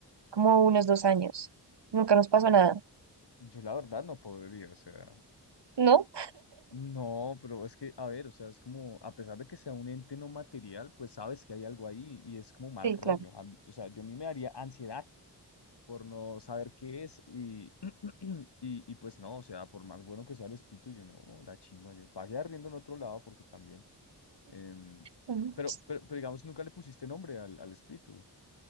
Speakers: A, on the right (about 80°); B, on the left (about 70°).
A: como unos dos años. Nunca nos pasó
B: uy,
A: nada,
B: yo, yo la verdad no podría, o sea,
A: ¿no?
B: no, pero es que, a ver, o sea, es como, a pesar de que sea un ente no material, pues sabes que hay algo ahí y es como mal
A: Sí,
B: rollo.
A: claro.
B: A mí- o sea, yo a mí me daría ansiedad por no saber qué es y, <clears throat> y, y pues no, o sea, por más bueno que sea el espíritu, yo no, la chimba, yo pagué arriendo en otro lado porque también. em,
A: <laughs>
B: pero, pero, pero digamos, nunca le pusiste nombre al, al espíritu.